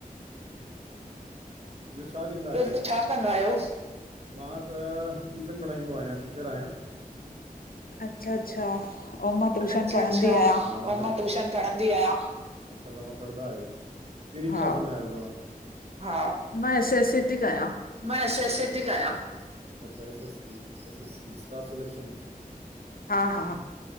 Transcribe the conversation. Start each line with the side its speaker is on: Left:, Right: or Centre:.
Right: ॿियो छा कंदा आयो? ॿियो छा छा कंदा आहियो? मां त ट्यूशन पढ़ाईंदो आहियां, टीचर आहियां।
Left: अच्छा अच्छा ऐं मां ट्यूशन
Right: अच्छा
Left: पढ़ंदी
Right: अच्छा,
Left: आहियां
Right: अउ मां ट्यूशन पणंदी आया। अच्छा तवां पणंदा आहियो? कहिड़ी
Left: हा
Right: क्लास में आयो तव्हां? हा
Left: मां एस एस सी थी कयां।
Right: मां, एस एस सी ती कयां। अच्छा, S S C. S S C, staff selection
Left: हा हा